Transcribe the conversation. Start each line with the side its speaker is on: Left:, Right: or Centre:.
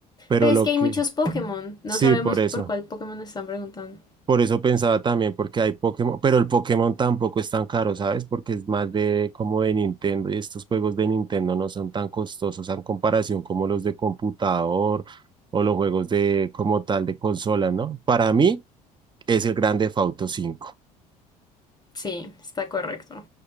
Right: pero
Left: Pero
Right: lo
Left: es que hay
Right: que,
Left: muchos Pokémon. No
Right: sí,
Left: sabemos
Right: por eso.
Left: por cuál Pokémon nos están preguntando.
Right: Por eso pensaba también, porque hay Pokémon, pero el Pokémon tampoco es tan caro, ¿sabes? Porque es más de como de Nintendo y estos juegos de Nintendo no son tan costosos en comparación como los de computador o los juegos de como tal de consola, ¿no? Para mí es el Grand Theft Auto 5.
Left: Sí, está correcto.